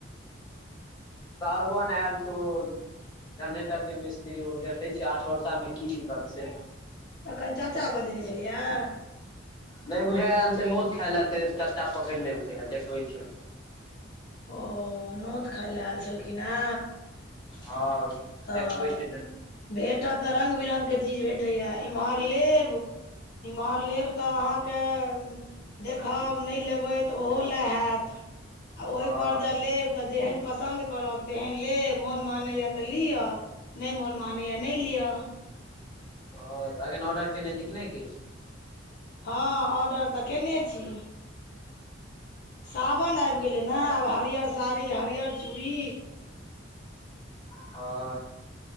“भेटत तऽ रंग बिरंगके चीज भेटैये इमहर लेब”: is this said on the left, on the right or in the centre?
Left